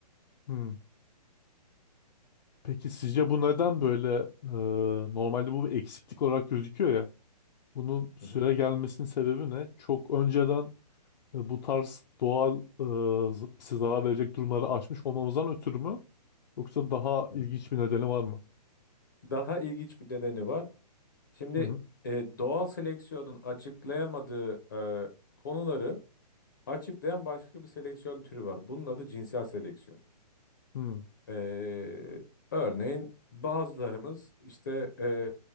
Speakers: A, on the left; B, on the left.
A: hı. Peki sizce bu neden böyle e, normalde bu bir eksiklik olarak gözüküyor ya? Bunun süre
B: Hı hı.
A: gelmesinin sebebi ne? Çok önceden e, bu tarz doğal e, z- bize zarar verecek durumları aşmış olmamızdan ötürü mü? Yoksa daha
B: Hı.
A: ilginç bir nedeni var mı?
B: Daha ilginç bir nedeni var. Şimdi
A: Hı hı.
B: e, doğal seleksiyonun açıklayamadığı e, konuları açıklayan başka bir seleksiyon türü var. Bunun adı cinsel seleksiyon.
A: Hı
B: E, örneğin bazılarımız işte e,